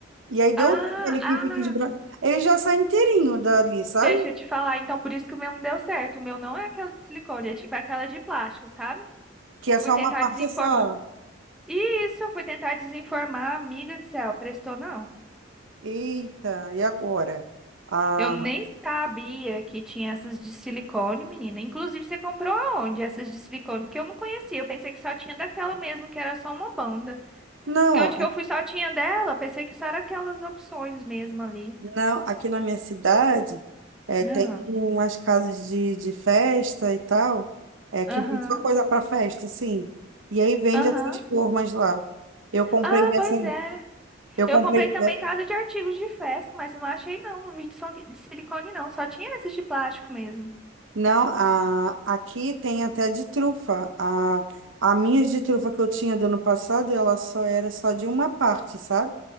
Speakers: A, on the right; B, in the centre.
A: E aí deu
B: Ah,
A: aquele que
B: ah,
A: fica esbranquiçado. Ele já sai inteirinho dali, sabe?
B: deixa eu te falar. Então, por isso que o meu não deu certo. O meu não é aquela de silicone, é tipo aquela de plástico, sabe?
A: Que é
B: Fui
A: só
B: tentar
A: uma parte
B: desenformar.
A: só.
B: E isso, eu fui tentar desinformar, amiga do céu, prestou não.
A: Eita, e agora? Ah,
B: Eu nem sabia que tinha essas de silicone, menina. Inclusive, você comprou aonde essas de silicone? Porque eu não conhecia, eu pensei que só tinha daquela mesmo, que era só uma banda.
A: não,
B: Porque onde que eu fui só tinha dela, eu pensei que só era aquelas opções mesmo ali.
A: não, aqui na minha cidade é, tem
B: Ah,
A: umas casas de, de festa e tal, é, que
B: Aham,
A: vende só coisa para festa, sim. E aí vende
B: aham.
A: essas formas lá. Eu comprei
B: Ah,
A: dessa,
B: pois é.
A: eu
B: Eu
A: comprei,
B: comprei
A: de-
B: também casa de artigos de festa, mas eu não achei não, não vi de sol- de silicone não, só tinha essas de plástico mesmo.
A: não, a, aqui tem até de trufa. A, a minha de trufa que eu tinha do ano passado, ela só era só de uma parte, sabe?